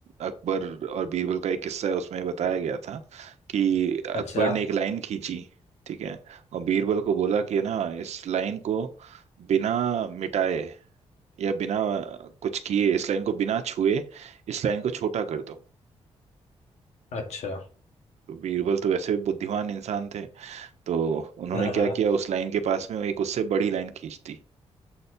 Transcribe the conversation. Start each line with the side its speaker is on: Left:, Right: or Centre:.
Right: अकबर और बीरबल का एक किस्सा है उसमें बताया गया था कि
Left: अच्छा
Right: अकबर ने एक लाइन खींची ठीक है और बीरबल को बोला कि ना इस लाइन को बिना मिटाए या बिना कुछ किए इस लाइन को बिना छुए इस लाइन को छोटा कर दो
Left: अच्छा
Right: तो बीरबल तो वैसे भी बुद्धिमान इंसान थे तो उन्होंने
Left: हाँ
Right: क्या
Left: हाँ
Right: किया उस लाइन के पास में एक उससे बड़ी लाइन खींच दी